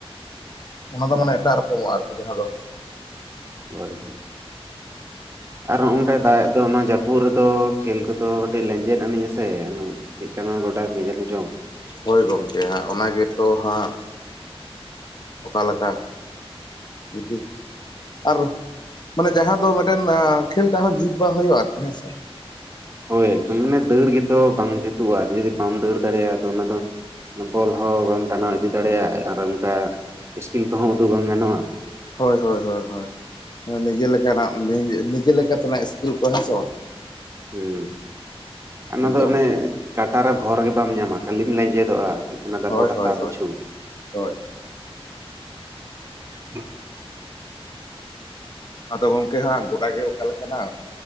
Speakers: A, on the left; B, on the right.
A: ᱚᱱᱟ ᱫᱚ ᱢᱟᱱᱮ ᱮᱴᱟᱜ ᱨᱚᱠᱚᱢᱚᱜᱼᱟ ᱟᱨᱠᱤ ᱡᱟᱦᱟᱸ ᱫᱚ
B: ᱦᱳᱭ ᱦᱳᱭ ᱟᱨᱦᱚᱸ ᱚᱝᱠᱟᱭ ᱫᱟᱜ ᱮᱫ ᱫᱚᱭ, ᱚᱱᱟ ᱡᱟᱹᱯᱩᱫ ᱨᱮᱫᱚ ᱠᱷᱮᱞ ᱠᱚᱛᱚ ᱠᱟᱹᱴᱤᱡ ᱞᱮᱸᱡᱮᱫ ᱟᱹᱱᱮᱡ ᱟᱥᱮ ᱪᱮᱫ ᱠᱟᱱᱟ ᱜᱚᱰᱟ ᱠᱮ ᱡᱟᱱᱤ ᱪᱚᱝ?
A: ᱦᱳᱭ ᱜᱚᱢᱠᱮ ᱦᱟᱸᱜ ᱚᱱᱟ ᱜᱮᱛᱚ ᱦᱟᱸᱜ ᱚᱠᱟ ᱞᱮᱠᱟ <unintelligible> ᱟᱨ ᱢᱟᱱᱮ ᱡᱟᱦᱟᱸ ᱫᱚ ᱢᱤᱫᱴᱮᱱ ᱠᱷᱮᱞ ᱴᱟᱜ ᱦᱚᱸ ᱡᱩᱛ ᱵᱟᱝ ᱦᱩᱭᱩᱜᱼᱟ ᱟᱨᱠᱤ ᱦᱮᱸᱥᱮ᱾
B: ᱦᱳᱭ ᱮᱠᱫᱚᱢ ᱢᱟᱱᱮ ᱫᱟᱹᱲ ᱜᱮᱛᱚ ᱵᱟᱝ ᱡᱩᱛᱩᱜᱼᱟ ᱡᱩᱫᱤ ᱵᱟᱢ ᱫᱟᱹᱲ ᱫᱟᱲᱮᱭᱟᱜᱼᱟ ᱟᱫᱚ ᱚᱱᱟ ᱫᱚ ᱵᱚᱞ ᱦᱚᱸ ᱵᱟᱢ ᱴᱟᱱᱟᱣ ᱤᱫᱤ ᱫᱟᱲᱮᱭᱟᱜᱼᱟ ᱟᱨ ᱚᱝᱠᱟ ᱤᱥᱠᱤᱞ ᱠᱚᱦᱚᱸ ᱩᱫᱩᱜ ᱵᱟᱝ ᱜᱟᱱᱚᱜᱼᱟ᱾
A: ᱦᱳᱭ ᱦᱳᱭ ᱦᱳᱭ ᱦᱳᱭ᱾ ᱟᱸ ᱤᱭᱮ ᱞᱮᱠᱟᱱᱟᱜ ᱱᱤᱡᱮ ᱱᱤᱡᱮ ᱞᱮᱠᱟ ᱛᱮᱱᱟᱹᱜ ᱤᱥᱠᱩᱞ ᱠᱚ ᱦᱮᱸᱥᱮ ᱵᱟᱝ?
B: ᱦᱩᱸ ᱟᱨ ᱚᱱᱟ
A: ᱮᱠᱫᱚᱢ
B: ᱫᱚ ᱚᱱᱮ ᱠᱟᱴᱟ ᱨᱮ ᱵᱷᱚᱨ ᱜᱮ ᱵᱟᱢ ᱧᱟᱢᱟ ᱠᱷᱟᱹᱞᱤᱢ ᱞᱮᱸᱡᱮᱫᱚᱜᱼᱟ᱾ ᱚᱱᱟ ᱫᱟᱯᱚᱴ
A: ᱦᱳᱭ
B: ᱦᱟᱛᱟᱣ
A: ᱦᱳᱭ ᱦᱳᱭ
B: ᱯᱤᱪᱷᱩ
A: ᱦᱳᱭ᱾
B: <inaudible>
A: ᱟᱫᱚ ᱜᱚᱝᱠᱮ ᱦᱟᱸᱜ ᱜᱚᱰᱟ ᱜᱮ ᱚᱠᱟᱞᱮᱠᱟᱱᱟ?